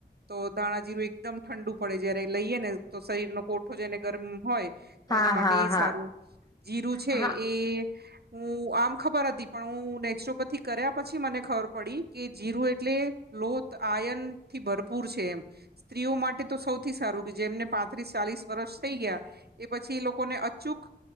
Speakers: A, on the right; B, on the left.
A: તો ધાણાજીરું એકદમ ઠંડુ પડે જયારે લઈએ ને તો શરીરનો કોઠો જેને ગરમ હોય તો
B: હા
A: એના
B: હા
A: માટે એ
B: હા
A: સારું જીરું છે,
B: હા
A: એ હું આમ ખબર હતી પણ હું નેચરોપેથી કર્યા પછી મને ખબર પડી કે જીરું એટલે લોત આયનથી ભરપૂર છે, એમ સ્ત્રીઓ માટે તો સૌથી સારું કે જેમને પાંત્રીસ ચાલીસ વર્ષ થઈ ગયા એ પછી એ લોકોને અચૂક